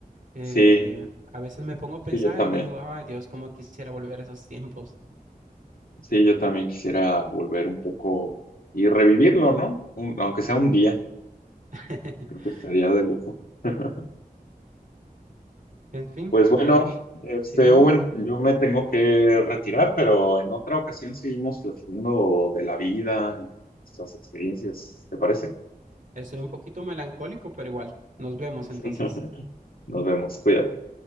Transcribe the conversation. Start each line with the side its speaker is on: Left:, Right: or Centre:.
Right: Eh,
Left: Sí,
Right: a veces me pongo a pensar
Left: sí, yo también.
Right: y digo, ay Dios, cómo quisiera volver a esos tiempos.
Left: Sí, yo también quisiera volver un poco y revivirlo, ¿no? Un- aunque sea un día,
Right: <laughs>
Left: creo que estaría de lujo. <laughs>
Right: En fin,
Left: Pues bueno,
Right: eh,
Left: este
Right: sí, dime,
Left: Owen, yo me tengo que retirar, pero en otra ocasión seguimos platicando de la vida y nuestras experiencias, ¿te parece?
Right: estoy un poquito melancólico, pero igual, nos vemos
Left: Sí.
Right: entonces.
Left: <laughs> Nos vemos, cuídate.